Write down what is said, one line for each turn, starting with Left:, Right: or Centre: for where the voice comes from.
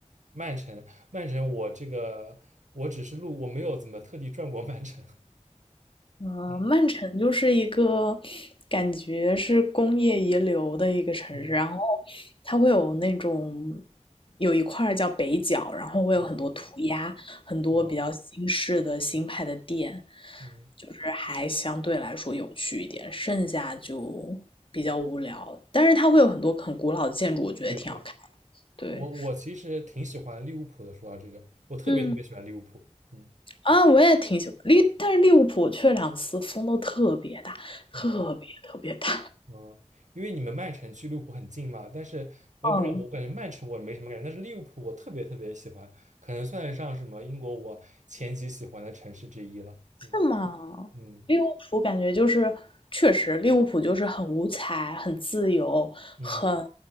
Right: 曼城，曼城，我这个我只是路，我没有怎么特地转过曼城。<laughs>
Left: 嗯，
Right: 嗯
Left: 曼城就是一个感觉是工业遗留的一个城市，
Right: 嗯
Left: 然后它会有那种有一块儿叫北角，然后会有很多涂鸦，
Right: 嗯，
Left: 很多比较新式的新派的店，
Right: 哦，嗯，
Left: 就是还相对来说有趣一点，剩下就比较无聊。但是它会有很多很古老的建筑，我觉得也挺好看。
Right: 对对，
Left: 对，
Right: 我我其实挺喜欢利物浦的。说到这个，我特别特别喜欢利物浦。
Left: 嗯。
Right: 嗯
Left: 啊，我也挺喜欢利，但是利物浦去了两次风都特别大，特别特别大。
Right: 嗯嗯，因为你们曼城距利物浦很近嘛，但是我也不知道，
Left: 嗯，
Right: 我感觉曼城我没什么感觉，但是利物浦我特别特别喜欢，可能算得上什么英国我前几喜欢的城市之一了。嗯
Left: 是吗？
Right: 嗯
Left: 利物浦感觉就是，确实利物浦就是很五彩、很自由、
Right: 嗯，
Left: 很